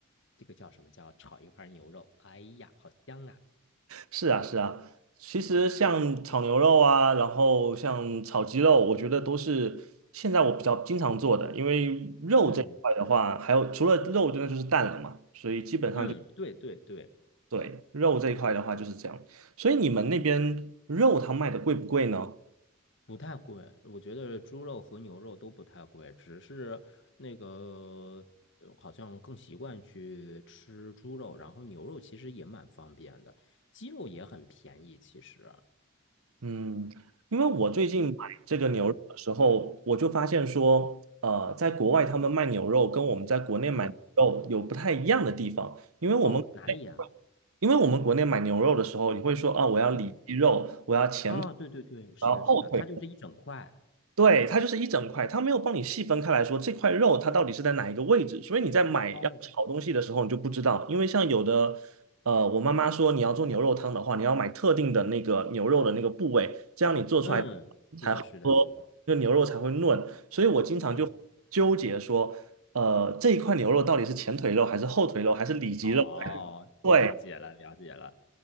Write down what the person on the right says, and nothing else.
是啊，是啊，其实像炒牛肉啊，然后像炒鸡肉，我觉得都是现在我比较经常做的，因为肉这一块的话，
还有除了肉，真的就是蛋了嘛，所以基本上就
对肉这一块的话就是这样。所以你们那边肉它卖的贵不贵呢？
嗯，因为我最近买这个牛肉的时候，
我就发现说，呃，在国外他们卖牛肉跟我们在国内买牛肉有不太一样的地方，
因为我们国内，
因为我们国内买牛肉的时候，你会说啊，我要里脊肉，
我要前腿，
我要后腿。
对，它就是一整块，它没有帮你细分开来说这块肉它到底是在哪一个位置，所以你在买要炒东西的时候你就不知道，
因为像有的，呃，我妈妈说你要做牛肉汤的话，你要买特定的那个牛肉的那个部位，这样你做出来
才好喝，
这牛肉才会嫩，所以我经常就纠结说，
呃，这一块牛肉到底是前腿肉还是后腿肉还是里脊肉？
对。